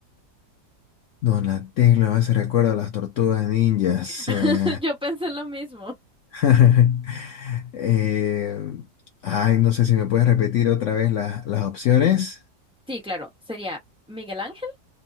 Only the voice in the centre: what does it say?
<laughs>
Yo pensé lo mismo.
Sí, claro, sería Miguel Ángel,